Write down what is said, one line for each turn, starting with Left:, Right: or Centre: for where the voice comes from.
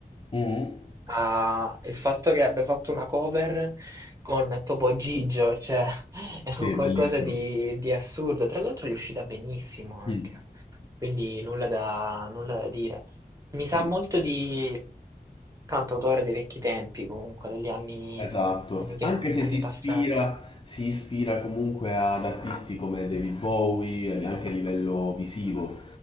Left: Mhm.
Right: Ah, il fatto che abbia fatto una cover con Topo Gigio, cioè <laughs> è
Left: Sì,
Right: un
Left: è
Right: qualcosa
Left: bellissimo.
Right: di, di assurdo. Tra l'altro gli è uscita benissimo anche,
Left: Mm.
Right: quindi nulla da, nulla da dire. Mi
Left: Sì.
Right: sa molto di cantautore dei vecchi tempi, comunque, degli anni,
Left: Esatto,
Right: anni che-
Left: anche se
Right: anni
Left: si ispira,
Right: passati.
Left: si ispira comunque ad artisti come David Bowie, anche a livello visivo,